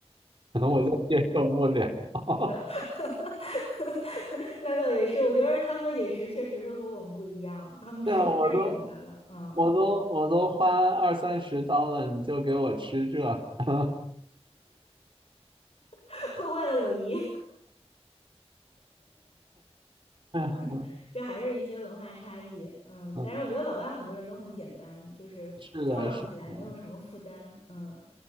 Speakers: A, on the right; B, on the left.
A: <laughs> 我就接受不了。<laughs>
B: <laughs> 那倒也是，我觉得他们的饮食确实是和我们不一样，他们吃的太简单了，
A: 对啊，我都
B: 嗯，
A: 我都我都花二三十刀了，你就给我吃这？<laughs>
B: <laughs> 破坏了友谊，
A: 哎呀，
B: <laughs> 这还是一些文化差异。嗯，
A: 嗯，
B: 但是我觉得老外很多人都很简单，就是交往起来没有什么负担。
A: 是的，是的，
B: 嗯。